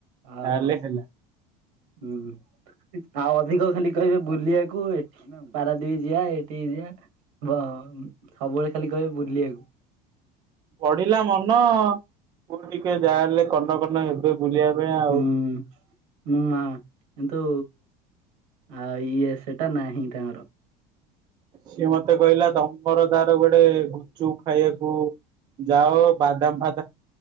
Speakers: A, on the right; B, on the right.
A: ଅ
B: ତାହେଲେ
A: ହୋ,
B: ହେଲା
A: ହୁଁ। ଆଉ ଅଧିକ ଖାଲି କହିବେ ବୁଲିବାକୁ, ଏଠି ପାରାଦୀପ୍ ଯିବା ଏଠିକି ଯିବା। ବ ସବୁବେଳେ ଖାଲି କହିବେ ବୁଲିଆକୁ।
B: ବଢିଲା ମନ କୁ ଟିକେ ଯାହାହେଲେ କନକନ ହେବେ। ବୁଲିବା ପାଇଁ ଆଉ।
A: ହୁଁ। ଉମ୍ ମା କିନ୍ତୁ ଆ ଇଏ ସେଟା ନାହିଁ ତାଙ୍କର।
B: ସିଏ ମତେ କହିଲା ତମର ତାର କୁଆଡ଼େ ଗୁପଚୁପ ଖାଇଆକୁ ଯା ହଉ ବାଦାମ ଫାଦାମ,